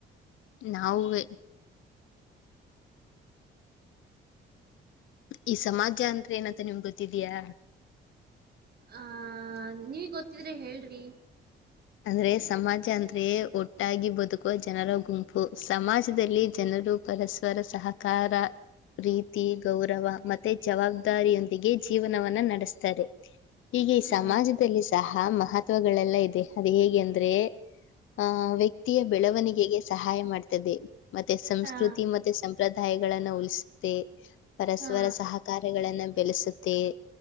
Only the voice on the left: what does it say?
ನಾವುೇ. ಈ ಸಮಾಜ ಅಂದ್ರೆ ಏನಂತ ನಿಮ್ಗೊ ಇದಿದಯಾ
ಅಂದ್ರೆ ಸಮಾಜ ಅಂದ್ರೆೇ ಒಟ್ಟಾಗಿ ಬದುಕುವ ಜನರ ಗುಂಪು ಸಮಾಜದಲ್ಲಿ ಜನರು ಪರಸ್ಪರ ಸಹಕಾರ ಪ್ರೀತಿ ಗೌರವ ಮತ್ತೆ ಜವಾಬ್ದಾರಿಯೊಂದಿಗೆ ಜೀವನವನ್ನ ನಡೆಸ್ತಾರೆ ಹೀಗೆ
ಈ ಸಮಾಜದಲ್ಲಿ ಸಹ ಆಹ ಮಹತ್ವಗಳೆಲ್ಲ ಇದೆ. ಅದ ಹೇಗೆ ಅಂದ್ರೆ. ಆ ವ್ಯಕ್ತಿಯ ಬೆಳವಣಿಗೆಗೆ ಸಹಾಯ ಮಾಡ್ತಾರೆ. ತದೆ. ಮತ್ತೆ ಸಂಸ್ಕೃತಿ
ಮತ್ತೆ ಸಂಪ್ರದಾಯ. ಗಳನ್ನು ಉಲ್ಸ. ಪರಸ್ಪರ
ಸಹಕಾರಗಳನ್ನ ಬೆಳೆಸುತ್ತ. ಮತ್ತು.